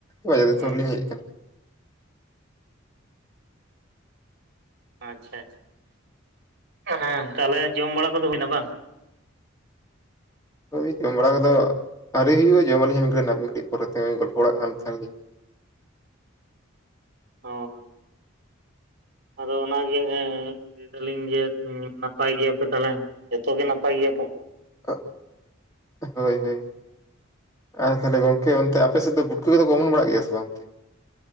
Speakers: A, on the left; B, on the right.
A: ᱵᱟᱡᱟᱨ ᱫᱤᱥᱚᱢ
B: ᱦᱩᱸ
A: ᱨᱮ ᱞᱤᱧ ᱦᱮᱡ ᱠᱟᱱᱟ᱾
B: ᱟᱪᱪᱷᱟ ᱟᱪᱪᱷᱟ ᱦᱮᱸ ᱛᱟᱦᱚᱞᱮ ᱡᱚᱢ ᱵᱟᱲᱟ ᱠᱚᱫᱚ ᱦᱩᱭᱱᱟ ᱵᱟᱝ?
A: ᱳᱭ ᱡᱚᱢ ᱵᱟᱲᱟ ᱠᱚᱫᱚ ᱟᱹᱣᱨᱤ ᱦᱩᱭᱩᱜᱼᱟ ᱡᱚᱢᱟᱞᱤᱧ ᱢᱤᱫᱜᱤᱡ ᱱᱟᱜ ᱢᱤᱫᱜᱷᱟᱲᱤ ᱯᱚᱨᱮ ᱛᱮ ᱳᱭ ᱜᱚᱞᱯᱚ ᱵᱟᱲᱟᱜ ᱠᱟᱱ ᱛᱟᱦᱮᱱᱟ ᱞᱤᱧ ᱾
B: ᱦᱳᱭ ᱾ ᱟᱫᱚ ᱚᱱᱟ ᱜᱮᱻ ᱞᱟᱹᱭ ᱫᱟᱞᱤᱧ ᱡᱮ ᱱᱟᱯᱟᱭ ᱜᱮᱭᱟ ᱯᱮ ᱛᱟᱦᱚᱞᱮ ᱡᱚᱛᱚ ᱜᱮ ᱱᱟᱯᱟᱭ ᱜᱮᱭᱟ ᱯᱮ?
A: <unintelligible> ᱦᱳᱭ ᱦᱳᱭ ᱾ ᱟᱨ ᱛᱟᱦᱞᱮ ᱜᱚᱝᱠᱮ ᱚᱱᱛᱮ ᱟᱯᱮ ᱥᱮᱫ ᱫᱚ ᱯᱩᱴᱠᱟᱹ ᱠᱚᱫᱚ ᱠᱚ ᱚᱢᱚᱱ ᱵᱟᱲᱟᱜ ᱜᱮᱭᱟ ᱥᱮ ᱵᱟᱝ ᱚᱱᱛᱮ?